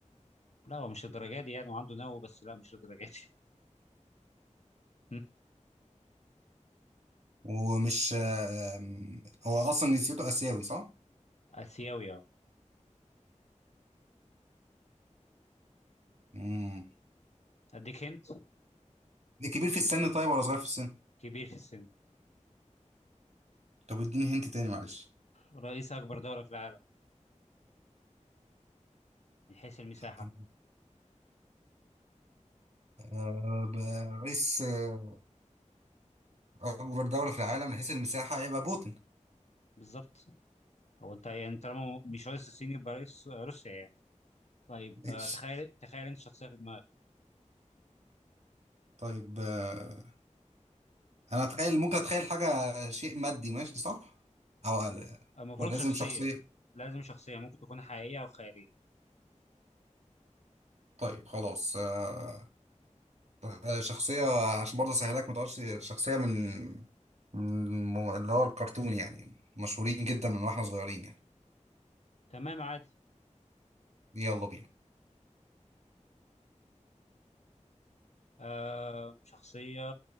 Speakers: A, on the left; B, on the right.
A: لا هو مش الدرجة دي يعني وعنده نو بس لا مش الدرجة دي هم؟
B: ومش آه، آه، هو أصلا جنسيته آسيوي صح؟
A: اسيوي اه
B: مم.
A: اديك هنت
B: ده كبير في السن طيب ولا صغير في السن؟
A: كبير في السن
B: طب اديني هنت تاني معلش
A: رئيس اكبر دولة في العالم من حيث المساحة
B: طب، آه، ب- رئيس آه، أكبر دولة في العالم من حيث المساحة هيبقى بوتين
A: بالظبط هو انت يعني طالما مش رئيس الصين يبقى رئيس آه، روسيا يعني طيب
B: ماشي
A: آه تخيل تخيل انت شخصيه في دماغك
B: طيب آه، أنا أتخيل ممكن أتخيل حاجة شيء مادي ماشي صح؟ أو آه،
A: آه، المفروض
B: ولا لازم
A: شخصيه
B: شخصية؟
A: لازم شخصيه ممكن تكون حقيقيه او خياليه
B: طيب خلاص آه، آه، شخصية عشان برضه أسهلك ما تقولش شخصية من من الم- اللي هو الكرتون يعني مشهورين جدا من واحنا صغيرين يعني
A: تمام عادي
B: يلا بينا
A: آه شخصيه